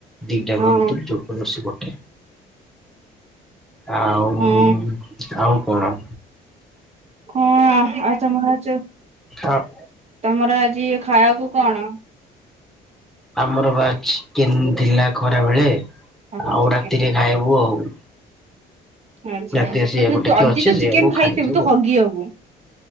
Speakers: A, in the centre; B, on the right.
A: ଦି ଟାଙ୍କ
B: ହଁ
A: ଭିତରୁ ଯୋଉ କୌଣସି ଗୋଟେ। ଆଉ
B: ହଁ
A: ଆଉ କଣ?
B: ହଁ ଆଉ ତମର ଆଜ
A: ଆ
B: ତମର ଆଜି ଖାଇବାକୁ କଣ?
A: ଆମର ବା ଚିକେନ ଥିଲା ଖରାବେଳେ।
B: କାଙ୍କଡ଼
A: ଆଉ
B: ଚିକେନ
A: ରାତିରେ ଖାଇବୁ ଆଉ।
B: ଆଛା
A: ରାତିରେ ସେଇଆକୁ
B: ତୁ ଅଧିକ
A: ଟିକେ ଅଛି
B: ଯଦି ତ
A: ସେଇଆକୁ
B: ଚିକେନ୍ ଖାଇଥିବୁ
A: ଖାଇଦବୁ
B: ତୁ
A: ଆଉ।
B: ହଗି ହବୁ।